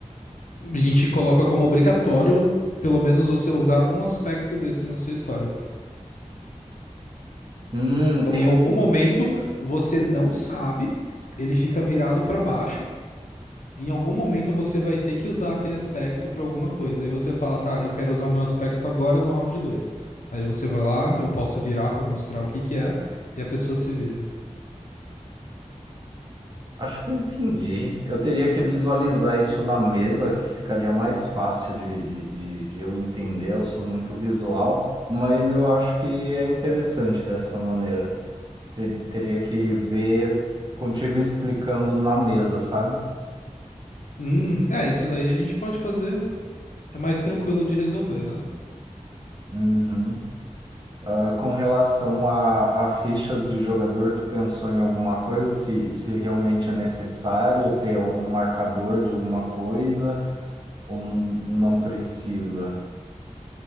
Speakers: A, on the left (about 80°); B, on the right (about 35°).
A: a gente coloca como obrigatório, pelo menos, você usar um aspecto desse na sua história.
B: Hum,
A: Então,
B: entendi.
A: em algum momento, você não sabe, ele fica virado para baixo. Em algum momento, você vai ter que usar aquele aspecto para alguma coisa. Aí você fala, tá, eu quero usar o meu aspecto agora no round 2. Aí você vai lá, eu posso virar para mostrar o que que é, e a pessoa se vira.
B: Acho que eu entendi. Eu teria que visualizar isso na mesa, que ficaria mais fácil de, de, de, de eu entender. Eu sou muito visual, mas eu acho que é interessante dessa maneira. Te- teria que ver contigo explicando na mesa, sabe?
A: Hum, é, isso daí a gente pode fazer, é mais tranquilo de resolver, né?
B: Uhum. Ah, com relação a, a fichas de jogador, tu pensou em alguma coisa? Se, se realmente é necessário ter algum marcador de alguma coisa ou não não precisa?